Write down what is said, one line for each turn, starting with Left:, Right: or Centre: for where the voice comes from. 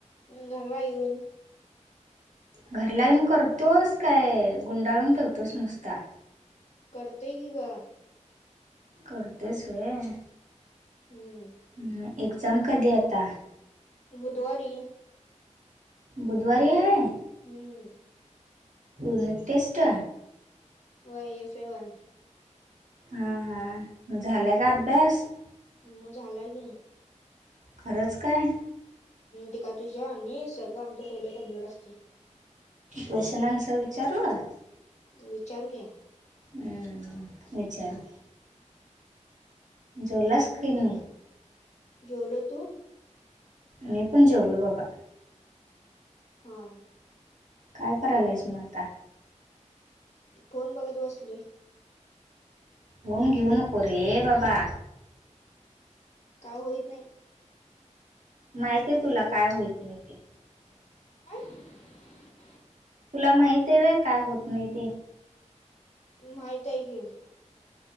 Left: हम् घडवा येऊन
Right: घर ला येऊन करतोस काय गुंडाळून ठेवतोस नुसता
Left: करतेय की का?
Right: करतेचोय.
Left: हम्म.
Right: ह् एक्झाम कधी आता
Left: बुधवारी.
Right: बुधवारी आहे
Left: हम्म
Right: युनिट टेस्ट.
Left: वय एफ ए वन.
Right: हा हा झालंय का अभ्यास
Left: मग झाला के
Right: खरंच काय?
Left: ते का तुझ्या आणि सगळं आमचं पहिलं कम्प्लीट असते.
Right: क्वेश्चन आनसर विचारवा.
Left: विचार घे.
Right: हम्म वि्चार. जलास कनी
Left: जलो तू
Right: मी पण जेवलो बाबा
Left: हा
Right: काय करायला आहेस ना आता
Left: फोन बघत बसलय
Right: फोन घेऊ नको रे बाबा
Left: का होईत नाही
Right: माहिती आहे तुला काय होईत नाही ते
Left: ह.
Right: तुला माहती आहे काय होत नाही ते
Left: माहित आहे की